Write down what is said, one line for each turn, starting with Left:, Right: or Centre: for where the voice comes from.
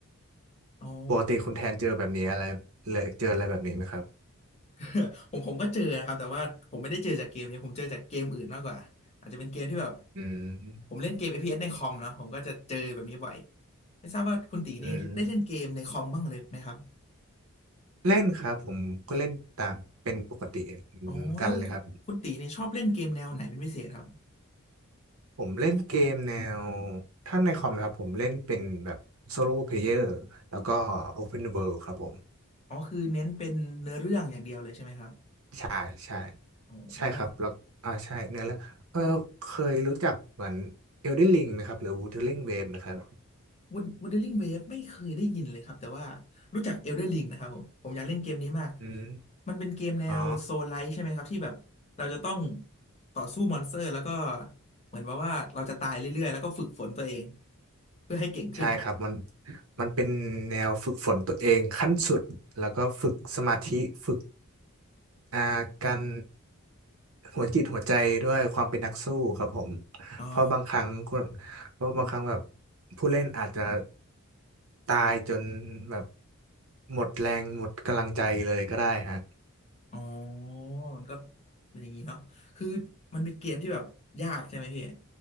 Left: อ๋อ
Right: ปกติคุณแทนเจอแบบนี้อะไรเลยเจออะไรแบบนี้ไหมครับ
Left: <laughs> ผมผมก็เจอนะครับแต่ว่าผมไม่ได้เจอจากเกมนี้ผมเจอจากเกมอื่นมากกว่าอาจจะเป็นเกมที่แบบ
Right: อืม
Left: ผมเล่นเกม FPS ในคอมเนาะผมก็จะเจอแบบนี้บ่อยไม่ทราบว่าคุณตีนี่ได้เล่นเกมในคอมบ้างเลยไหมครับ
Right: อืม เล่นครับผมก็เล่นตามเป็นปกติเหมือนกันเลยครับ
Left: อ๋อแล้วคุณตีนี่ชอบเล่นเกมแนวไหนเป็นพิเศษครับ
Right: ผมเล่นเกมแนวถ้าในคอมนะครับผมเล่นเป็นแบบโซโล่เพลเยอร์แล้วก็ Open World ครับผม
Left: อ๋อคือเน้นเป็นเนื้อเรื่องอย่างเดียวเลยใช่ไหมครับ
Right: ใช่ใช่
Left: โอ้
Right: ใช่ครับแล้วอ่าใช่เนื้อแล้วเออเคยรู้จักเหมือน Elden Ring ไหมครับหรือ Wuthering Waves ไหมครับ
Left: w u t เ e r i n g w a v e ไม่เคยได้ยินเลยครับแต่ว่ารู้จัก Elden Ring นะครับผมผมอยากเล่นเกมนี้มาก
Right: อืม
Left: มันเป็นเกมแนวโซลไลท์ใช่ไหมครับที่แบบเราจะต้อง
Right: อ๋อ
Left: ต่อสู้มอนสเตอร์แล้วก็เหมือนว่าว่าเราจะตายเรื่อยๆแล้วก็ฝึกฝนตัวเองเพื่อให้เก่งขึ้น
Right: ใช่ครับมันมันเป็นแนวฝึกฝนตัวเองขั้นสุดแล้วก็ฝึกสมาธิฝึก อ่าการหัวจิตหัวใจด้วยความเป็นนักสู้ครับผม
Left: อ๋อ
Right: เพราะบางครั้งคนเพราะบางครั้งแบบผู้เล่นอาจจะตายจนแบบหมดแรงหมดกำลังใจเลยก็ได้ฮะ
Left: อ๋อมันก็เป็นอย่างนี้เนาะคือมันเป็นเกมที่แบบยากใช่ไหมพี่